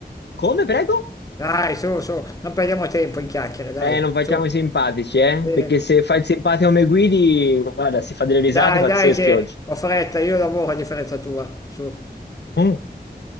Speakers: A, on the left (about 90°); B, on the left (about 20°).
A: Come, prego?
B: dai, su, su, non perdiamo tempo in chiacchiere, dai,
A: Eh, non facciamo
B: su.
A: i simpatici, eh?
B: Sì.
A: Perché se fai il simpatico come guidi, guarda, si fa delle risate
B: Dai,
A: pazzesche
B: dai, che
A: oggi.
B: ho fretta, io lavoro a differenza tua, su.
A: Mm.